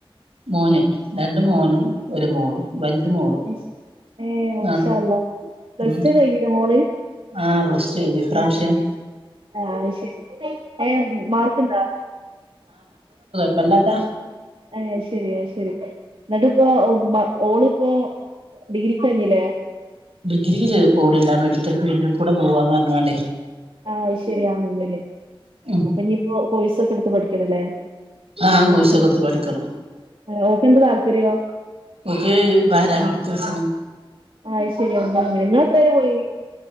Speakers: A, on the right; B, on the right.
A: മോന് രണ്ട് മോനും ഒരു മോളും വലുത് മോള്
B: അയ് ശരി ഏ മാശാ
A: ആ
B: അള്ളാഹ് പ്ലസ്
A: ഉം
B: ടു കഴിഞ്ഞ് ലേ മോള്
A: ആ പ്ലസ് ടു കഴിഞ്ഞു ഇപ്രാവശ്യം
B: അഹ് ശരി ആഹ് അഹ് ശരി ഏ മാർക്ക് ഇണ്ടോ?
A: പ്പല്ലത
B: എ അശരി അശരി ന്നട്ട്പ്പ വ ഓള് ഇപ്പോ ഡിഗ്രി കഴിഞ്ഞില്ലേ
A: ഡിഗ്രിക്ക് ചേ പോണില്ല മെഡിക്കൽ ഫീൽഡിൽ കൂടെ പോവാന്ന് പറഞ്ഞണ്ടേ
B: ആഹ് അശരി അങ്ങനെ
A: ഉം
B: അപ്പൊ ഞ്പ്പോ കോയ്സൊക്കെ എടുത്ത് പഠി ക്കണല്ലേ
A: ആ കോഴ്സൊക്കെ എടുത്ത് പഠിക്കണം
B: അഹ് ഓക്ക എന്ത താല്പര്യോ
A: ഓക്ക് പരാമെടിക്കൽസിന്
B: ആ അത് ശരി അങ്ങനെ അങ്ങനെ നിങ്ങള് എത്ര വരെ പോയി